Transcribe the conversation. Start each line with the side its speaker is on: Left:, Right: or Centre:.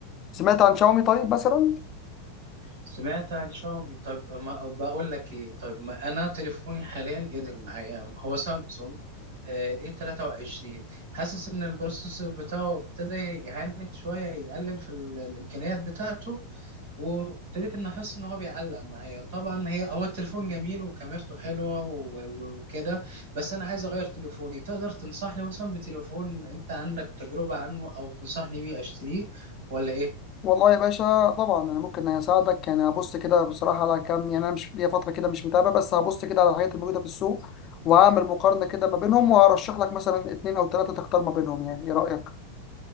Left: سمعت عن شاومي طيب مثلا
Right: سمعت عن شاومي طيب ما بقول لك ايه طيب ما انا تليفوني حاليا ادم معايا هو سامسونج الاي 23 حاسس ان البروسيسور بتاعه ابتدى يهنج شويه يقلل في ال- الامكانيات بتاعته وابتديت ان احس ان هو بيعلق معايا طبعا هي هو التليفون جميل وكاميرته حلوه و- و- وكده بس انا عايز اغير تليفوني تقدر تنصحني مثلا بتليفون انت عندك تجربه عنه او تنصحني بيه اشتريه ولا ايه
Left: والله يا باشا طبعا انا ممكن اساعدك يعني هبص كده بصراحه على كام يعني انا مش ليا فتره كده مش متابع بس هبص كده على الحاجات الموجوده في السوق وهعمل مقارنه كده ما بينهم وهرشح لك مثلا اتنين او تلاته تختار ما بينهم يعني ايه رايك